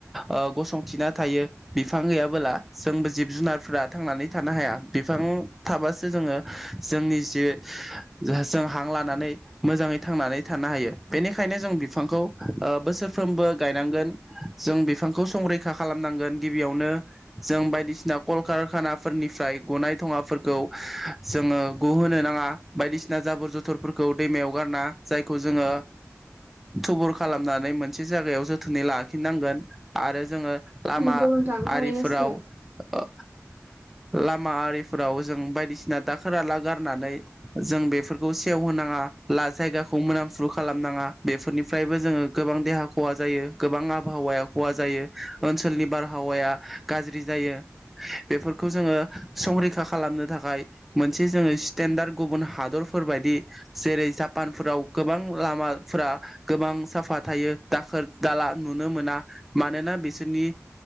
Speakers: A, in the centre; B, on the right (about 35°).
A: ओ गसंथिना थायो बिफां गैयाबोला जोंबो जिब जुनारफ्रा थांनानै थानो हाया बिफां थाबासो जोङो जोंनि जे जों हां लानानै मोजाङै थांनानै थानो हायो बेनिखायनो जों बिफांखौ ओ बोसोरफ्रोमबो गायनांगोन जों बिफांखौ संरैखा खालामनांगोन गिबियावनो जों बायदिसिना कलकारखानाफोरनिफ्राय गनाय धङाफोरखौ जोङो गहोनो नाङा बायदिसिना जाबोर जथरफोरखौ दैमायाव गारना जायखौ जोङो थुबुर खालामनानै मोनसे जायगायाव जोथोनै लाखिनांगोन आरो जोङो लामा
B: नोंगौ नोंथां थारैनो
A: आरिफोराव
B: सैथो
A: ओ लामा आरिफोराव जों बायदिसि दाखोर आला गारनानै जों बेफोरखौ सेवहोनाङा ला जायगाखौ मोनामफु खालामनाङा बेफोरनिफ्रायबो जोङो गोबां देहा खहा जायो गोबां आबहावाया खहा जायो ओनसोलनि बारहावाया गाज्रि जायो बेफोरखौ जोङो संरैखा खालामनो थाखाय मोनसे जोङो स्टेनदार गुबुन हादरफोरबायदि जेरै जापानफोराव गोबां लामाफोरा गोबां साफा थायो दाखोर दाला नुनो मोना मानोना बिसोरनि